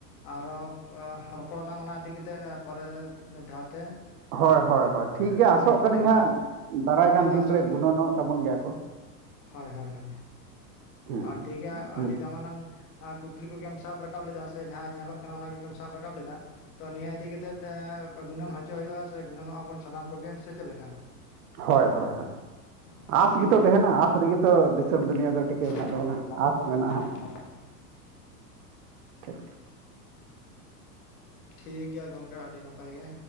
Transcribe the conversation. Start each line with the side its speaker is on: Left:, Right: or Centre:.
Left: ᱟᱨᱦᱚ ᱨᱚᱯᱚᱲ ᱟᱞᱟᱝ ᱚᱱᱟ ᱤᱫᱤ ᱠᱟᱛᱮᱜ ᱯᱚᱨᱮ ᱫᱷᱟᱣᱛᱮ
Right: ᱦᱳᱭ ᱦᱳᱭ
Left: ᱟᱫᱚ
Right: ᱦᱳᱭ ᱴᱷᱤᱠ ᱜᱮᱭᱟ ᱟᱥᱚᱜ
Left: ᱱᱤᱛ
Right: ᱠᱟᱹᱱᱟᱹᱧ
Left: ᱫᱚ ᱦᱟᱸᱜ
Right: ᱫᱟᱨᱟᱭ ᱠᱟᱱ
Left: ᱤᱧ
Right: ᱫᱤᱱ
Left: ᱟᱥᱚᱜ
Right: ᱨᱮ ᱜᱩᱱᱟᱹᱱᱚᱜ ᱛᱟᱵᱚᱱ ᱜᱮᱭᱟ ᱠᱚ
Left: ᱦᱳᱭ ᱦᱳᱭ ᱦᱳᱭ
Right: ᱦᱮᱸ
Left: ᱟᱨ
Right: ᱦᱮᱸ
Left: ᱴᱷᱤᱠ ᱜᱮᱭᱟ
Right: ᱦᱮᱸ
Left: ᱟᱹᱰᱤ ᱫᱟᱢᱟᱱᱟᱱ ᱠᱩᱠᱞᱤ ᱠᱚᱜᱮᱢ ᱥᱟᱵ ᱨᱟᱠᱟᱵ ᱞᱮᱫᱟ ᱥᱮ ᱡᱟᱦᱟᱸ ᱧᱮᱞᱚᱜ ᱠᱟᱱᱟ ᱾ ᱚᱱᱟ ᱜᱮᱢ ᱥᱟᱵ ᱨᱟᱠᱟᱵ ᱞᱮᱫᱟ᱾ ᱛᱚ ᱱᱤᱭᱟᱹ ᱤᱫᱤ ᱠᱟᱛᱮᱜ ᱜᱩᱱᱟᱹᱱ ᱦᱚᱪᱚ ᱦᱩᱭᱩᱜᱼᱟ ᱥᱮ ᱜᱩᱱᱟᱹᱱᱚᱜᱼᱟᱵᱚᱱ ᱥᱟᱱᱟᱢ ᱠᱚᱜᱮ ᱥᱮ ᱪᱮᱫ ᱞᱮᱠᱟ᱾
Right: ᱦᱳᱭ ᱦᱳᱭ ᱦᱳᱭ
Left: ᱚ
Right: ᱟᱸᱥ
Left: ᱴᱷᱤᱠ
Right: ᱜᱮᱛᱚ
Left: ᱜᱮᱭᱟ
Right: ᱛᱟᱦᱮᱱᱟ
Left: ᱛᱚᱵᱮ
Right: ᱟᱸᱥ ᱨᱮᱜᱮ ᱛᱚ ᱫᱤᱥᱚᱢ ᱫᱩᱱᱤᱭᱟᱹ ᱫᱚ ᱴᱤᱠᱟᱹ
Left: ᱪᱮᱫ
Right: ᱢᱮᱱᱟᱜ ᱛᱟᱵᱚᱱᱟ
Left: ᱪᱤᱠᱟᱹ ᱢᱮᱱᱟᱜ ᱫᱚ
Right: ᱟᱥ
Left: ᱚᱱᱟ
Right: ᱢᱮᱱᱟᱜᱼᱟ ᱦᱟᱸᱜ
Left: ᱟᱥ ᱢᱮᱱᱟᱜᱼᱟ
Right: ᱴᱷᱤᱠ
Left: ᱴᱷᱤᱠ ᱜᱮᱭᱟ ᱜᱚᱝᱠᱮ ᱟᱹᱰᱤ ᱱᱟᱯᱟᱭ ᱜᱮ